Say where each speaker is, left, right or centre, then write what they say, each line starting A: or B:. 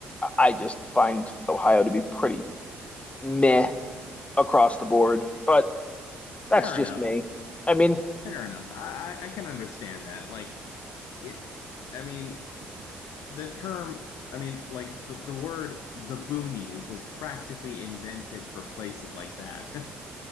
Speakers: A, on the left; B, on the left.
A: I just find Ohio to be pretty meh across the board but that's
B: <laughs> Fair
A: just
B: enough.
A: me I mean
B: Fair enough. I, I I can understand that. Like, it, I mean, the term, I mean, like the, the word the boonies was practically invented for places like that. <laughs>